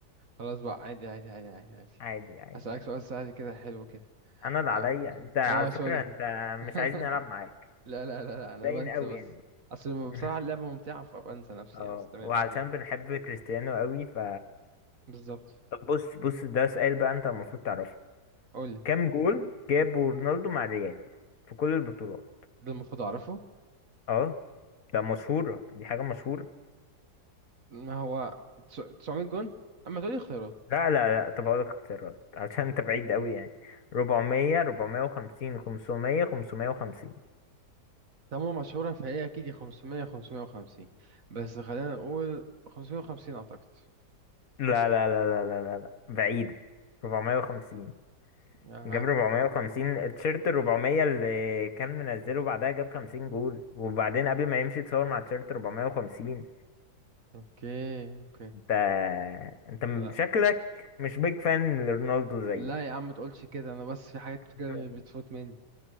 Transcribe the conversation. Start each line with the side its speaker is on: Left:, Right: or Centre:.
Right: خلاص بقى عادي عادي عادي عادي عادي
Left: عادي عادي
Right: هسألك
Left: عادي
Right: سؤال سهل كده حلو كده
Left: أنا اللي عليا
Right: اه
Left: أنت على
Right: آه،
Left: فكرة
Right: سوري
Left: أنت مش
Right: <laughs>
Left: عايزني ألعب معاك
Right: لا لا لا لا انا
Left: باين
Right: بنسى
Left: أوي
Right: بس
Left: يعني
Right: اصل
Left: <laughs>
Right: بصراحة اللعبة ممتعة فبنسى نفسي
Left: اه
Right: يعني بس تمام
Left: وعلشان
Right: اوكي
Left: بنحب كريستيانو أوي ف
Right: بالظبط
Left: طب بص بص ده سؤال بقى أنت المفروض تعرفه
Right: قول لي
Left: كام جول جابه رونالدو مع الريال في كل البطولات
Right: ده المفروض اعرفه
Left: اه ده مشهورة دي حاجة مشهورة
Right: ما هو تس- 900 جون اما تقولي خيارات
Left: لا لا لا طب هقولك اختيارات عشان انت بعيد قوي يعني 400 450 500 550
Right: تمام مشهورة فهي اكيد يا 500 يا 550 بس خلينا نقول 550 اعتقد
Left: لا لا لا لا لا لا لا بعيدة 450
Right: اه
Left: جاب 450 تيشيرت 400 اللي كان منزله بعدها جاب 50 جول وبعدين قبل ما يمشي اتصور مع تيشيرت 450
Right: اوكي اوكي
Left: انت انت م-
Right: لا
Left: شكلك مش بيج فان لرونالدو زيي
Right: لا يا عم ما تقولش كده انا بس في حاجات
Left: <laughs>
Right: كده بتفوت مني